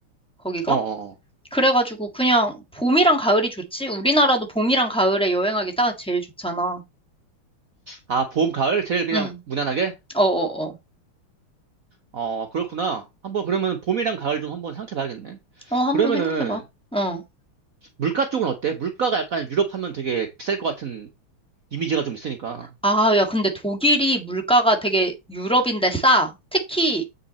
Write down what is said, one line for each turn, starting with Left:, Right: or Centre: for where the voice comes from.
Centre: 거기가?
Right: 어, 어, 어.
Centre: 그래가지고 그냥 봄이랑 가을이 좋지? 우리나라도 봄이랑 가을에 여행하기 딱 제일 좋잖아.
Right: 아, 봄, 가을 제일 그냥
Centre: 응,
Right: 무난하게?
Centre: 어어어. 어,
Right: 어, 그렇구나. 한번 그러면 봄이랑 가을 좀 한번 생각해 봐야겠네.
Centre: 어. 어, 한번
Right: 그러면은
Centre: 생각해봐. 어.
Right: 물가 쪽은 어때? 물가가 약간 유럽 하면 되게 비쌀 것 같은 이미지가 좀 있으니까.
Centre: 아, 야, 근데 독일이 물가가 되게 유럽인데 싸. 특히